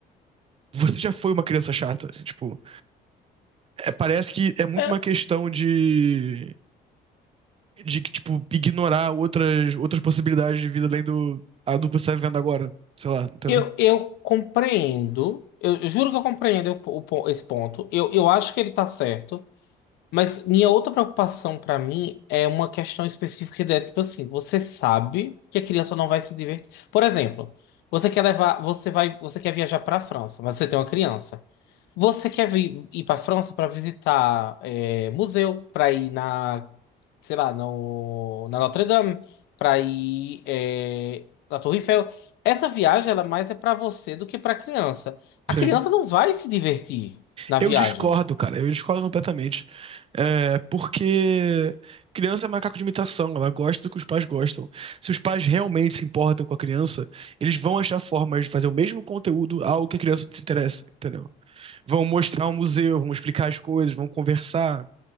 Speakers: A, on the right; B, on the left.
A: Você já foi uma criança chata. Tipo, é- parece que é muito
B: É,
A: uma questão de de que, tipo, ignorar outras, outras possibilidades de vida além do, a do que você tá vivendo agora. Sei lá, entendeu?
B: eu, eu compreendo. Eu, eu juro que eu compreendo o po- o po- esse ponto. Eu, eu acho que ele tá certo. Mas minha outra preocupação pra mim é uma questão específica de, tipo assim, você sabe que a criança não vai se divertir. Por exemplo, você quer levar, você vai, você quer viajar pra França, mas você tem uma criança. Você quer vir, ir pra França pra visitar é, museu, pra ir na, sei lá, no, na Notre Dame, pra ir é, na Torre Eiffel. Essa viagem, ela é mais é pra você do que pra criança. A
A: Sim.
B: criança não vai se divertir na
A: Eu
B: viagem.
A: discordo, cara. Eu discordo completamente. É, porque criança é macaco de imitação. Ela gosta do que os pais gostam. Se os pais realmente se importam com a criança, eles vão achar formas de fazer o mesmo conteúdo ao que a criança se interessa, entendeu? Vão mostrar um museu, vão explicar as coisas, vão conversar.